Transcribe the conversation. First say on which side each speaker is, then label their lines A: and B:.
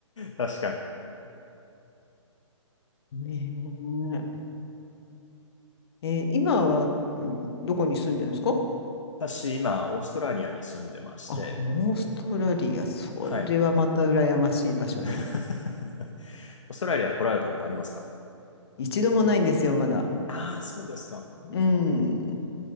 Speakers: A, on the left; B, on the left.
A: 確かに。
B: ねえ。えー今は、うんどこに住んでるんですか
A: 私、今、オーストラリアに住んでまして、
B: あ、オーストラリア、それはまた羨ましい場所に。
A: はい。<laughs> オーストラリア来られたことありますか
B: 一度もないんですよ、まだ。
A: ああ、そうですか。
B: うん。